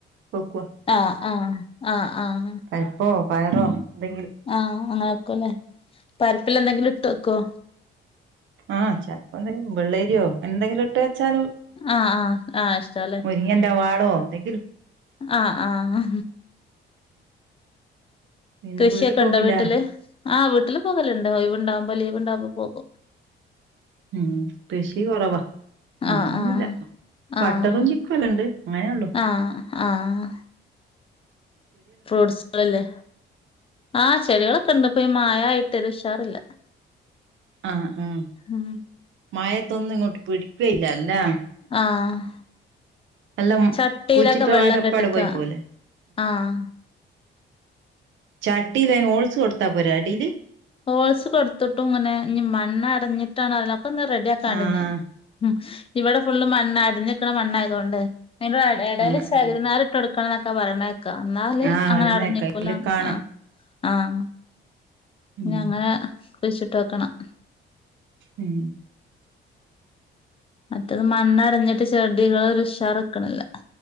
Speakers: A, on the right; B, on the left.
A: വെക്കുവ
B: ആഹ് ആഹ് ആഹ് ആഹ്
A: പരിപ്പോ പയറോ എന്തെങ്കിലും
B: ആഹ് അങ്ങനെ വക്കല്ലേ പരിപ്പിൽ എന്തെങ്കിലും ഇട്ട് വെക്കോ
A: ആഹ് ചെൽപ്പോ എന്തെങ്കിലും വെള്ളേരിയോ എന്തെങ്കിലും ഇട്ട് വെച്ചാല്
B: ആഹ് ആഹ് ആഹ് ഇഷ്ടാ ലേ
A: ങ്ങന്റെ വാളോ എന്തെങ്കിലും
B: ആഹ് ആഹ് ആ
A: ഉം പിന്നെ
B: കൃഷിയൊക്കെ
A: വീട്ടി പോക്കില്ലേ
B: ണ്ടോ വീട്ടില് ആ വീട്ടില് പോകലുണ്ട് ഒ ഴ് വ് ണ്ടാകുമ്പം ലീവ്ണ്ടകുമ്പം പോകും
A: ഉം കൃഷി കുറവാ അങ്ങനെയൊന്നുല്ല
B: ആഹ് ആഹ്
A: ബട്ടറും
B: ആഹ്
A: ചിക്കു ല്ലാ ഇണ്ട് അങ്ങനെയള്ളു
B: ആഹ് ആഹ് ഫ്രൂട്ട്സുകളല്ലേ ആഹ് ചെടികളൊക്കെ ഇണ്ട് ഇപ്പ ഈ മാഴാ യിട്ടൊര് ഉഷാറില്ല
A: ആഹ് ആഹ്
B: ഉം
A: മഴത്തൊന്നും ഇങ്ങോട്ട് പിടിക്കുയില്ല ല്ലേ
B: ആഹ്
A: എല്ലാം
B: ചട്ടിയിലൊക്കെ
A: കുഴിച്ചിട്ട
B: വെള്ളം
A: പാടെ അപ്പാടെ
B: കെട്ടിക്ക
A: പോയി പോവല്ലേ
B: ആഹ്
A: ചട്ടിയിലന് ഓൾസ് കൊടുത്താ പോരേ അടീല്
B: ഹോൾസ് കൊടുത്തിട്ടും ഇങ്ങനെ ഇനി മണ്ണ് അടഞ്ഞിട്ടാണ്റീല ഒക്കെന്ന് റെഡി ആക്കാണ്ട്
A: ആഹ്
B: ഇഞ്ഞ് ഉം ഇവിടെ ഫുള്ള് മണ്ണ് അടിഞ്ഞ്ക്ക്ണ മണ്ണായതുകൊണ്ട് അയിന്റെ എടേല്
A: ആഹ്
B: ശകിരി
A: ആഹ്
B: നാര് ട്ട് കൊടുക്കണം ന്നൊക്കെ പറിണേക്കാ ന്നാല്
A: ആഹ്
B: അങ്ങനെ
A: പറയുന്ന
B: അടഞ്ഞ്
A: കേക്കാം
B: ക്കൂല
A: അതില് കാണാം
B: ആഹ് ആഹ്
A: ഉം
B: ഇഞ്ഞ് അങ്ങനെ കുഴിച്ച് ട്ട് ഓക്കണ്ണം
A: ഉം
B: മറ്റത് മണ്ണടഞ്ഞിട്ട് ചെടികളൊര് ഉഷാർ ക്ക്ണ്ല്ല